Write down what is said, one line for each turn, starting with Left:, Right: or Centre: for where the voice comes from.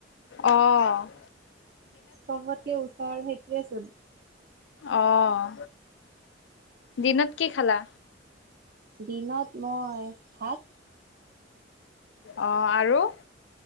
Left: অঁ।
Right: চবতকে ওচৰ সিটোয়ে চোন।
Left: অহ দিনত কি খালা।
Right: দিনত মই ভাত।
Left: অঁ আৰু।